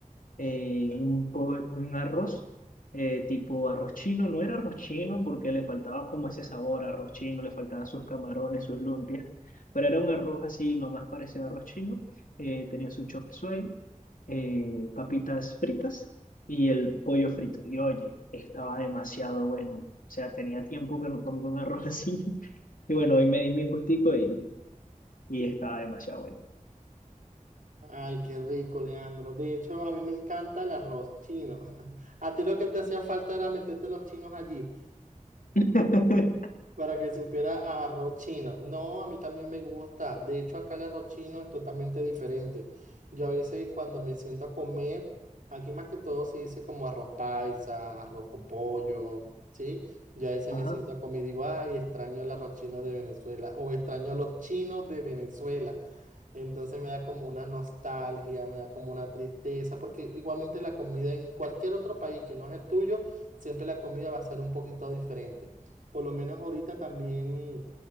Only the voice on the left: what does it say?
eh, un, po- un arroz, eh, tipo arroz chino. No era arroz chino porque le faltaba como ese sabor a arroz chino, le faltaban sus camarones, sus lumpias, pero era un arroz así, lo más parecido a arroz chino. Eh, tenía su chop suey, eh, papitas fritas y el pollo frito. Y oye, estaba demasiado bueno. O sea, tenía tiempo que no comía un arroz así. <laughs> Y bueno, hoy me di mi gustico y, y estaba demasiado bueno.
<laughs>
Ajá.